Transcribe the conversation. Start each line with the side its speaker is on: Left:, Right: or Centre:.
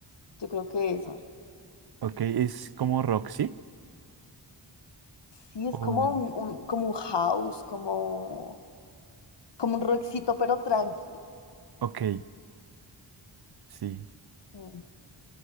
Left: Yo creo que esa.
Right: Ok, es como Roxy
Left: Sí, es
Right: O,
Left: como un, un- como un house, como, como un rockcito, pero tranqui.
Right: ok, sí.
Left: Mm,